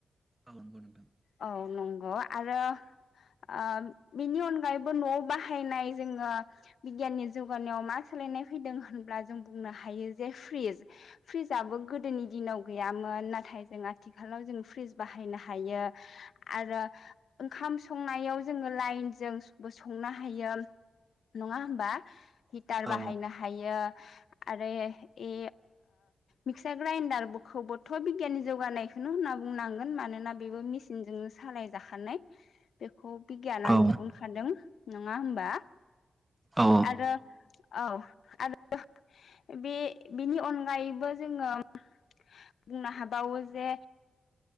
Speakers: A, on the right; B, on the left.
A: औ नंगौ नोंथां
B: औ नंगौ आरो। ओ बिनि अनगायैबो न'आव बाहायनाय जोङो बिगियाननि जौगानायाव मा सोलायनाय फैदों होनब्ला जों बुंनो हायो जे फ्रिज फ्रिजआबो गोदोनि दिनाव गैयामोन नाथाय जों आथिखालाव जों फ्रिज बाहायनो हायो। आरो ओंखाम संनायाव जोङो लाइनजोंबो संनो हायो। नङा होमबा हिटार
A: औ
B: बाहायनो हायो। आरो ए मिक्सार ग्राइडारखौबोथ' बिगियाननि जौगानायखौनो होनना। बुंनांगोन मानोना बेबो मेचनजोंनो सालाय जाखानाय बे खौ बिगियानानो
A: औ
B: दिहुनखादों नङा होमबा?
A: औ
B: आरो औ आरो बे बेनि अनगायैबो जोङो। बुंनो हाबावो जे